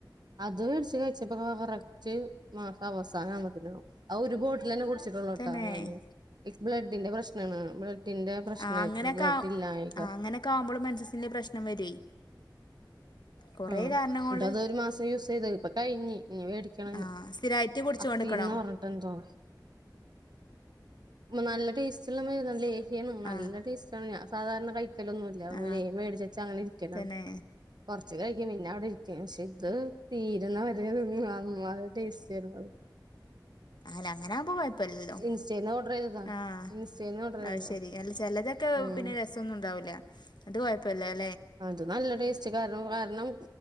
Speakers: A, on the right; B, on the left.
A: അത് വേടിച്ച് കഴിച്ചപ്പൊ കൊർച്ച് മാസ അവസാനമ്പത്തിനും ഒര് ബോട്ടിൽ തന്നെ കുടി ച്ച് ട്ടൊള്ളൂട്ടോ
B: തന്നെ
A: ഞാന് ഇക്ക് ബ്ലഡിന്റെ പ്രശ്നാണ് ബ്ലഡ് ട്ടിന്റെ പ്രശനായിര്ന്നു
B: ആ അങ്ങനെയൊക്കെ
A: ബ്ലഡ് ഇല്ലായിക
B: ആ അങ്ങനെയൊക്കെ ആകുമ്പോൾ മെൻസസിന്റെ പ്രശ്നം വരുവേ കൊറേ
A: ആഹ്
B: കാരണം കൊണ്ട്
A: ന്ന്ട്ടത് ഒര് മാസം യൂസ് ചെയ്ത് പ്പ കയ്ഞ്ഞി ഞ്ഞി മേടിക്കണം
B: ആ സ്ഥിരായിട്ട് കുടിച്ചു
A: അത്തീര്ന്ന്
B: കൊണ്ടിക്കണോ
A: പറഞ്ഞിട്ടെന്തോ നല്ല ടേസ്റ്റള്ള മര്ന്നാണ് ലേഹ്യാണ്. നല്ല
B: ആ
A: ടേസ്റ്റാണ് ഞാൻ സാധാരണ കയ് ഇരിക്കലൊന്നുല്ല അപോലെ
B: ആ
A: മേടിചെച്ചാങ്ങനെ ഇരിക്കലാണ്
B: തന്നെ
A: കൊറച്ച് കഴിക്കും പിന്നെ അവിടെ ഇരിക്കും പഷേ ത് ത് തീര്ന്ന വരെ നല്ല ടേസ്റ്റേര് ന്നു അത്
B: അല അങ്ങനാകുമ്പോ കൊയ് പ്പല്ലല്ലോ
A: ഇൻസ്റ്റേന്ന് ഓർഡർ ചെയ്തതാ
B: ആഹ്
A: ഇൻസ്റ്റേന്ന് ഓർഡർ ചെയ്തതാ
B: അ ശെരി അല്ല ചെലതെക്കെ
A: ഉം
B: പിന്നെ രസൊന്നുണ്ടാവൂല. അത് കുയപ്പല്ലേ
A: അത് നല്ല ടേസ്റ്റ് കാരണം കാരണം